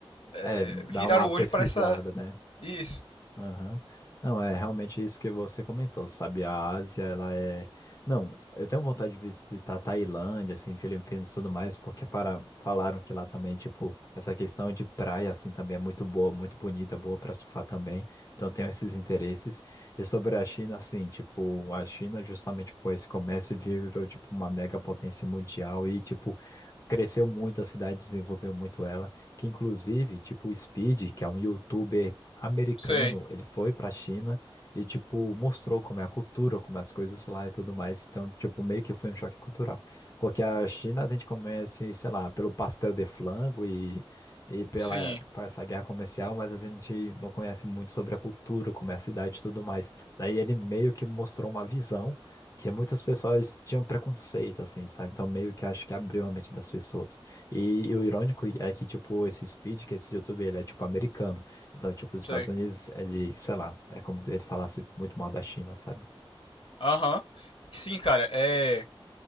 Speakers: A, on the left; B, on the left.
A: é,
B: é dar
A: virar
B: uma
A: o
B: pesquisada,
A: olho para essa.
B: né?
A: Isso,
B: Aham. Não, é realmente isso que você comentou, sabe? A Ásia, ela é. Não, eu tenho vontade de visitar a Tailândia, assim, Filipinas e tudo mais, porque para... falaram que lá também, tipo, essa questão de praia, assim, também é muito boa, muito bonita, boa para surfar também. Então, eu tenho esses interesses. E sobre a China, assim, tipo, a China, justamente por esse comércio, virou, tipo, uma mega potência mundial e, tipo, cresceu muito a cidade, desenvolveu muito ela. Que inclusive, tipo, o Speed, que é um youtuber americano,
A: sei,
B: ele foi pra China e, tipo, mostrou como é a cultura, como é as coisas lá e tudo mais. Então, tipo, meio que foi um choque cultural. Porque a China a gente começa, sei lá, pelo pastel de flango e, e pela,
A: sim,
B: por essa guerra comercial, mas a gente não conhece muito sobre a cultura, como é a cidade e tudo mais. Daí ele meio que mostrou uma visão que muitas pessoas tinham preconceito, assim, sabe? Então, meio que acho que abriu a mente das pessoas. E, o irônico é que, tipo, esse Speed, que esse YouTube ele é, tipo, americano. Então, tipo, os Estados
A: sei.
B: Unidos, ele, sei lá, é como se ele falasse muito mal da China, sabe?
A: Aham. Sim, cara, é.